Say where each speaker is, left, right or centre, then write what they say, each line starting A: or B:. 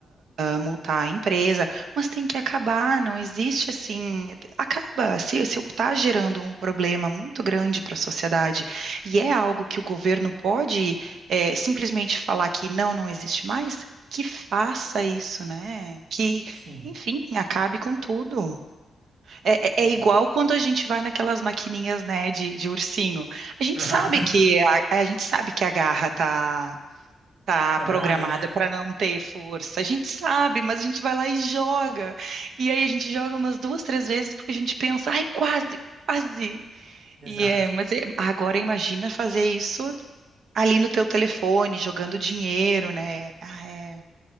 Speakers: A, on the right; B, on the right.
A: multar a empresa, mas tem que acabar. Não existe assim, acaba. Se se está gerando um problema muito grande para a sociedade e é algo que o governo pode eh, simplesmente falar que não, não existe mais, que faça isso, né? Que,
B: Sim,
A: enfim, acabe com tudo. É, é-
B: é.
A: é igual quando a gente vai naquelas maquininhas, né, de, de ursinho. A gente
B: Aham.
A: sabe que
B: <laughs>
A: a, a gente sabe que a garra tá tá
B: Tá
A: programada
B: mole, né?
A: para não ter força. A gente sabe, mas a gente vai lá e joga. E aí a gente joga umas duas, três vezes porque a gente pensa, ai, quase, quase.
B: Exato.
A: E é, mas é- agora imagina fazer isso ali no teu telefone, jogando dinheiro, né? Ah, é,